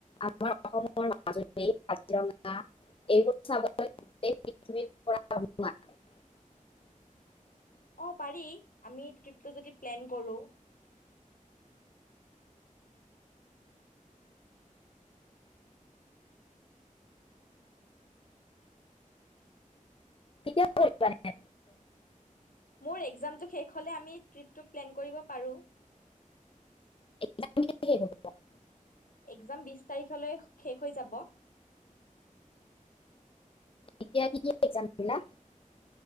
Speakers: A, on the left; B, on the left.
A: আমাৰ অসমৰ মাজুলী। এই কাজিৰঙা, এইবোৰ চাবলৈ গোটেই পৃথিৱীৰ পৰা <unintelligible>
B: অ', পাৰি আমি ট্ৰিপটো যদি প্লেন কৰোঁ।
A: কেতিয়া কৰিবানে
B: মোৰ এক্‌জামটো শেষ। হ'লে আমি ট্ৰিপটো প্লেন কৰিব পাৰোঁ।
A: <unintelligible>
B: এক্‌জাম বিছ তাৰিখলৈ শেষ হৈ যাব।
A: এতিয়া কি কি এক্‌জাম দিলা?